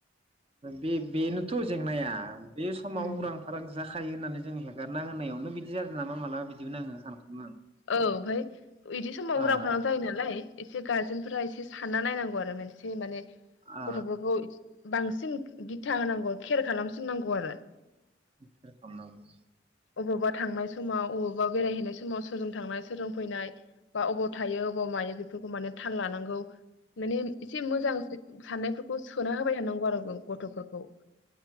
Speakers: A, on the right; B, on the left.
A: बे बेनोथ' जेंनाया बे समाव
B: उम
A: उरां फारां जाखायो होननानै जों हेगारना होनायावनो बिदि जादों नामा मालाबा बिदिबो नाङो सानखाङो आं।
B: औ ओमफाय इदि समाव
A: आं
B: उरां फारां जायो नालाय एसे गार्जेन फोर एसे सानना नायनांगौ आरो मोनसे माने
A: आ
B: गथ'फोरखौ इथ बांसिन दिथा होनांगौ खेर खालामसिनांगौ आरो।
A: खेर खालामनांगौ उम
B: अबावबा थांनाय समाव अबावबा बेरायहैनाय समाव सोरजों थांनाय सोरजों फैनाय बा अबाव थायो अबाव मायो बेफोरखौ माने थाल लानांगौ। माने एसे मोजांसो साननायफोरखौ सोना होबाय थानांगौ आरो ग-गथ'फोरखौ।